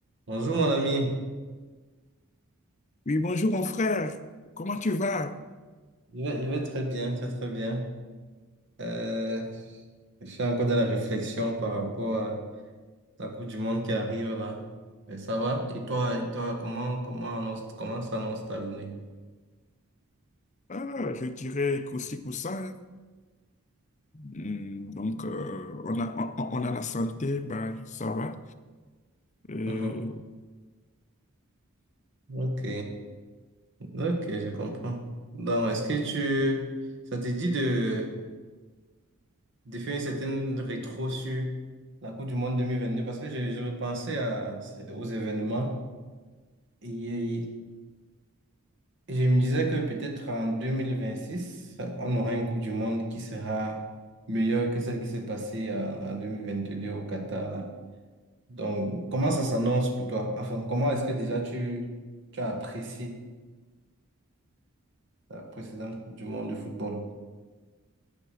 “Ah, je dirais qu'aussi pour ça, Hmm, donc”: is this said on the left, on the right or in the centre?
Left